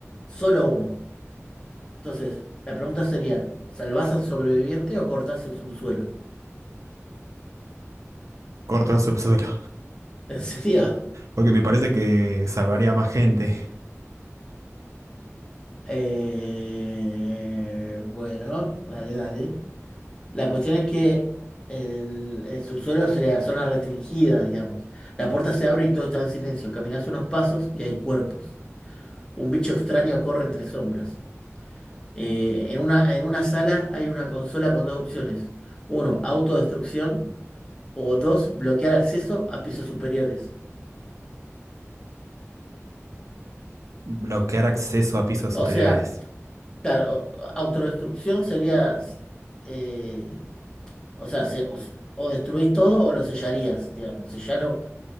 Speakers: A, on the left; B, on the right.
A: Solo uno. Entonces, la pregunta sería, ¿salvás al sobreviviente o cortás el subsuelo?
B: Corto el subsuelo.
A: <laughs> ¿En serio?
B: Porque me parece que salvaría a más gente.
A: Eh, bueno, dale, dale. La cuestión es que el, el subsuelo es la zona restringida, digamos. La puerta se abre y todo está en silencio. Caminas unos pasos y hay cuerpos. Un bicho extraño corre entre sombras. Eh, en una, en una sala hay una consola con dos opciones. Uno, autodestrucción. O dos, bloquear acceso a pisos superiores.
B: Bloquear acceso a pisos
A: O
B: superiores.
A: sea, claro, autodestrucción sería... eh, O sea, se- o, se- o destruís todo o lo sellarías, digamos. Sellar, o-